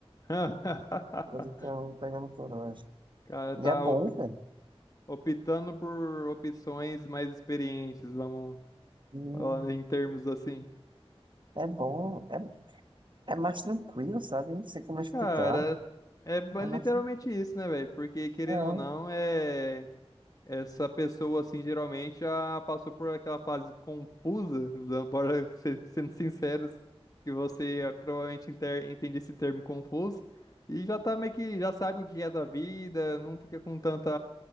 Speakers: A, on the left; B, on the right.
A: <laughs>
B: Estou literalmente pegando coroas.
A: O cara tá
B: E é bom,
A: op-
B: velho.
A: optando por opções mais experientes, vamos
B: E
A: falar em termos assim.
B: É bom. É, é mais tranquilo, sabe? Não sei como explicar.
A: Cara, é ba-
B: É
A: literalmente
B: mais
A: isso, né, velho? Porque querendo
B: tranquilo.
A: ou não, é essa pessoa assim geralmente já passou por aquela fase confusa, usando- bora ser, <laughs> sendo sinceros, que você é, provavelmente inter- entende esse termo confuso e já tá meio que já sabe o que é da vida, não fica com tanta